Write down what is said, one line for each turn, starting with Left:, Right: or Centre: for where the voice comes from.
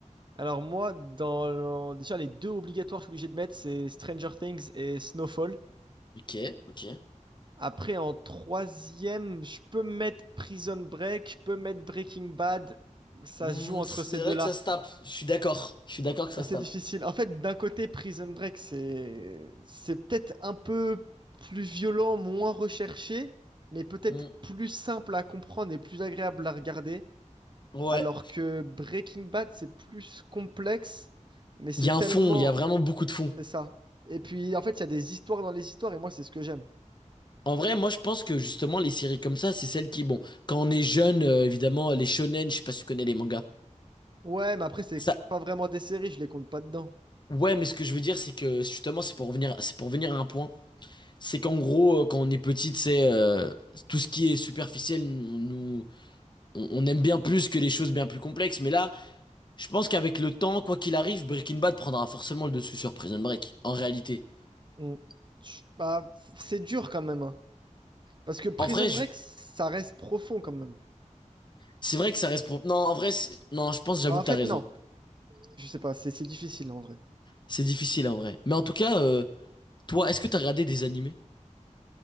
Right: Alors moi, dans le- déjà les deux obligatoires que je suis obligé de mettre, c'est Stranger Things et Snowfall.
Left: Ok, ok.
Right: Après, en troisième, je peux mettre Prison Break, je peux mettre Breaking Bad. Ça
Left: Hmm,
Right: se joue entre
Left: c'est
Right: ces deux-là.
Left: vrai que ça se tape. Je suis d'accord. Je suis d'accord que ça
Right: C'est
Left: se tape.
Right: difficile. En fait, d'un côté, Prison Break, c'est c'est peut-être un peu plus violent, moins recherché, mais peut-être
Left: Hmm,
Right: plus simple à comprendre et plus agréable à regarder.
Left: ouais.
Right: Alors que Breaking Bad, c'est plus complexe, mais c'est
Left: Il y a un
Right: tellement...
Left: fond. Il y a vraiment beaucoup de fond.
Right: C'est ça. Et puis, en fait, il y a des histoires dans les histoires, et moi, c'est ce que j'aime.
Left: En vrai, moi, je pense que justement, les séries comme ça, c'est celles qui, bon, quand on est jeune, euh, évidemment, les shonen. Je sais pas si tu connais les mangas.
Right: Ouais, mais après, c'est
Left: Ça.
Right: pas vraiment des séries, je les compte pas dedans.
Left: Ouais, mais ce que je veux dire, c'est que justement, c'est pour revenir, c'est pour venir à un point. c'est qu'en gros, euh, quand on est petit, c'est euh, tout ce qui est superficiel, on nous, on, on aime bien plus que les choses bien plus complexes. Mais là, je pense qu'avec le temps, quoi qu'il arrive, Breaking Bad prendra forcément le dessus sur Prison Break. En réalité,
Right: Mm. Je- bah, c'est dur quand même. hein. Parce que Prison
Left: en vrai, je-
Right: Break, ça reste profond quand même.
Left: c'est vrai que ça reste propre. Non, en vrai, c'est- non, je pense, j'avoue
Right: Bah,
Left: que
Right: en fait,
Left: t'as raison.
Right: non. Je sais pas, c'est c'est difficile en vrai.
Left: C'est difficile en vrai. Mais en tout cas, euh, toi, est-ce que t'as regardé des animés?